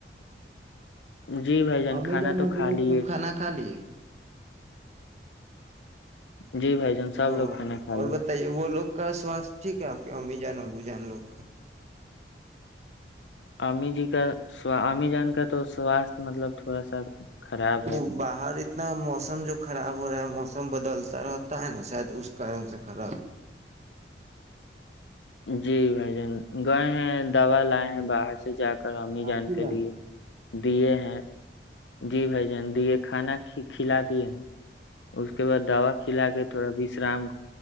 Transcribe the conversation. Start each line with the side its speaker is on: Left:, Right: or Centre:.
Left: جی بھائی جان
Right: ہممیں
Left: کھانا
Right: جائ ن
Left: تو کھا
Right: بولولوک
Left: لیے
Right: سب کھانا خالی
Left: جی بھائی جان سب
Right: او
Left: لوگ کھانا کھا
Right: اور
Left: لیے
Right: بتائیے وہ لوگ کا سوستھ ٹھیک ہے آپ کے امی جان ابو جان لوگ کا
Left: <unintelligible> <unintelligible> تھوڑا سا <unintelligible>
Right: وہ
Left: ہے
Right: باہر اتنا موسم جو خراب ہو رہا ہے موسم بدلتا رہتا ہے نا شاید اس کارن سے خراب
Left: جی بھائی جان گئے ہیں دوا لائے ہیں باہر سے جا کر کرامی
Right: آفیلا
Left: جان کے لیے
Right: ہے
Left: <unintelligible> دیے ہیں جی بھائی جان دیے کھانا ک کھلا دیے ہیں اس کے بعد دوا کھلا کے تھوڑا وشرام